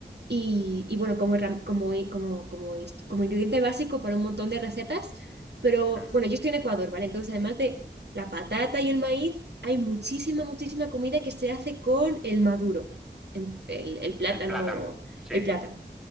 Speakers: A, on the right; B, in the centre.
A: Y, y bueno, como, herram- como, como, como, inst- como ingrediente básico para un montón de recetas. Pero
B: mm.
A: bueno, yo estoy en Ecuador, ¿vale? Entonces, además de la patata y el maíz, hay muchísima, muchísima comida que se hace con el maduro, en- el, el plátano,
B: El plátano, sí.
A: el plátano.